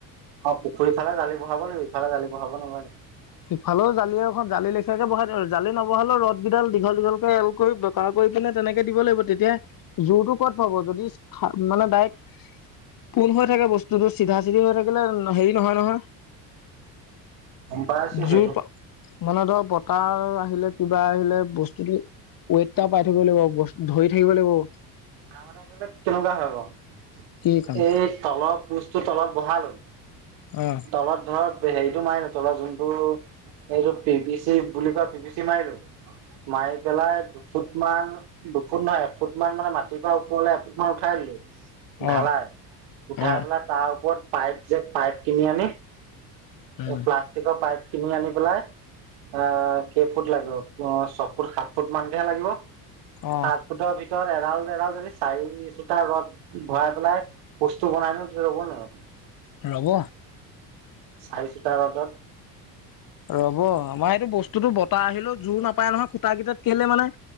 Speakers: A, on the right; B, on the left.
A: অ', পুখুৰী ফালে জালি বহাব লাগিব ইফালে জালি বহাব নালাগে
B: সিফালেও জালি এখন জালি লেখিয়াকে বহাই জালি নবহালেও ৰদ গিডাল দীঘল দীঘলকে এল‌ কৰি বেকা কৰি পিনে তেনেকে দিব লাগিব, তেতিয়া জোৰটো ক'ত পাব যদি মানে ডাইক্ পোন হৈ থাকে বস্তুটো চিধা চিধি হৈ থাকিলে হেৰি নহয় নহয়।
A: গম পাইছোঁ
B: জুৰ
A: সেইটো।
B: পা মানে ধৰ বতাহ আহিলে কিবা আহিলে বস্তু দি ৱেতটা পাই থব লাগিব বস্তু ধৰি থাকিব লাগিব।
A: কাম এটা কৰিলে কেনেকুৱা হয় বাৰু
B: কি কাম
A: এই তলৰ পোষ্টটো তলত বহালো
B: অ
A: তলত ধৰক হেৰিটো মাৰি নতল যোনটো এইটো পি পি চি বুলি কোৱা পি পি চি মাৰিলোঁ, মা মাৰি পেলাই দুফুট মান দুফুট নহয় এফুট মান মানে মাটিৰ পৰা ওপৰলে এফুট মান উঠাই দিলোঁ।
B: অ
A: ঢালাই উঠাই
B: অ
A: পেলাই তাৰ ওপৰত পাইপ যে পাইপ কিনি আনি
B: উম
A: প্লাষ্টিকৰ পাইপ কিনি আনি পেলাই আ কেইফুট লাগিব ছয় ফুট সাত ফুট মানকহে লাগিব।
B: অ
A: সাতফুটৰ ভিত ভিতৰত এডাল এডাল যদি চাৰি চিতা ৰড ভৰাই পেলাই বস্তু বনাই নিওঁ তেতিয়া ৰব নৰব।
B: ৰব।
A: চাৰি চিতা ৰড'ত
B: ৰ'ব, আমাৰ সেইটো বস্তুটো বতাহ আহিলেও জোৰ নাপায় নহয় খুটা গিটাত কেলে মানে